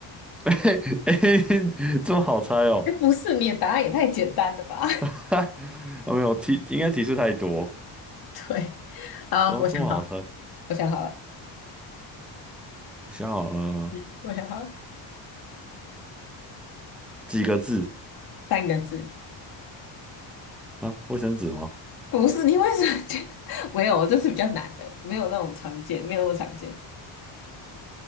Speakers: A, in the centre; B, on the left.
A: <laughs> 嘿嘿嘿这么好猜哦？
B: 哎，不是，你的答案也太简单了吧？<laughs>
A: <laughs> 哈，哦没有提，应该提示太多，
B: 对，好，
A: 然后这么好猜，
B: 我想好了，
A: 我
B: 我想好了，
A: 想好了
B: 嗯，我想好了，
A: 几个字
B: 三个字。
A: 啊？卫生纸吗？
B: 不是，你为什么觉得 <laughs> 没有？这是比较难的，没有那种常见，没有那么常见，